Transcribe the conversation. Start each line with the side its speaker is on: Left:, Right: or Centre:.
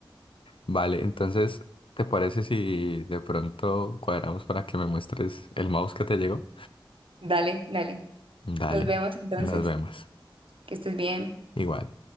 Left: Vale, entonces, ¿te parece si de pronto cuadramos para que me muestres el mouse que te llegó?
Right: Dale, dale.
Left: Dale,
Right: Nos vemos entonces.
Left: nos vemos.
Right: Que estés bien.
Left: Igual.